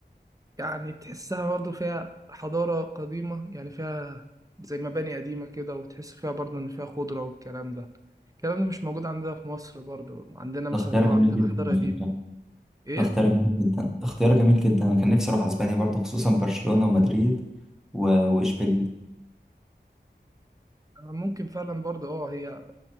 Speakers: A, on the right (about 20°); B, in the centre.
A: يعني تحسها برضه فيها حضارة قديمة يعني فيها زي مباني قديمة كده وتحس فيها برضه إن فيها خضرة والكلام ده الكلام ده مش موجود عندنا في مصر برضه عندنا
B: ده
A: مثلا
B: اختيار
A: اه
B: جميل
A: عندنا
B: جدا
A: حضارة قديمة
B: على فكره
A: ايه
B: ده اختيار جميل جدا اختيار جميل جدا انا كان نفسي اروح اسبانيا برضو خصوصا برشلونة ومدريد و- واشبيليه
A: أنا ممكن فعلا برضه اه هي